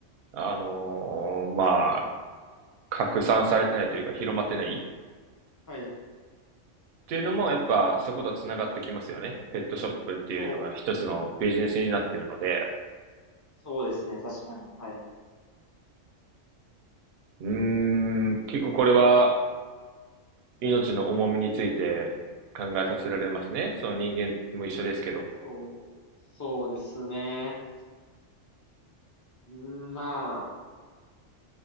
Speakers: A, on the right (about 60°); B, on the left (about 25°).
A: あのーまあ、拡散されてないというか広まってない
B: はい。
A: っていうのもやっぱそことつながってきますよね。ペットショップっていうのが一つのビジネスになってるので、
B: そう。そうですね。確かに。はい。
A: うーん、結構これは命の重みについて考えさせられますね。その人間も一緒ですけど。
B: そう。そうですね。うんまあ、